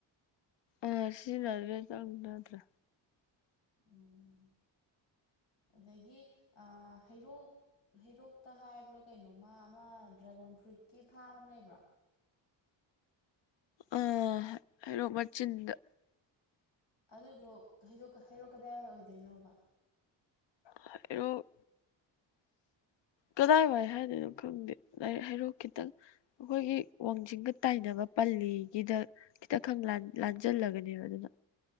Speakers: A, on the left; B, on the left.
A: ꯑ ꯁꯤꯖꯤꯟꯅꯗ꯭ꯔꯦ ꯆꯪꯅꯗ꯭ꯔꯦ
B: ꯎꯝ ꯑꯗꯒꯤ ꯑ ꯍꯩꯔꯣꯛ ꯍꯩꯔꯣꯛꯇ ꯍꯥꯏꯕ꯭ꯔꯥ ꯀꯩꯅꯣꯃ ꯑꯃ ꯗ꯭ꯔꯦꯒꯣꯟ ꯐ꯭ꯔꯨꯏꯠꯀꯤ ꯐꯥꯝ ꯑꯃ ꯂꯩꯕ꯭ꯔꯣ
A: ꯑ ꯍꯩꯔꯣꯛ ꯃꯆꯤꯟꯗ
B: ꯑꯗꯨꯗꯣ ꯍꯩꯔꯣꯛ ꯍꯩꯔꯣꯛ ꯀꯗꯥꯏꯋꯥꯏ ꯑꯣꯏꯗꯣꯏꯅꯣꯕ
A: <unintelligible> ꯑꯁ ꯀꯗꯥꯏꯋꯥꯏ ꯍꯥꯏꯗꯣꯏꯅꯣ ꯈꯪꯗꯦ ꯗꯥꯏꯔꯦꯛ ꯍꯩꯔꯣꯛ ꯈꯤꯇꯪ ꯑꯩꯈꯣꯏꯒꯤ ꯋꯥꯡꯖꯤꯡꯒ ꯇꯥꯏꯅꯕ ꯄꯜꯂꯤꯒꯤꯗ ꯈꯤꯇꯪ ꯈꯪ ꯂꯥꯟꯖꯜꯂꯒꯅꯦꯕ ꯑꯗꯨꯅ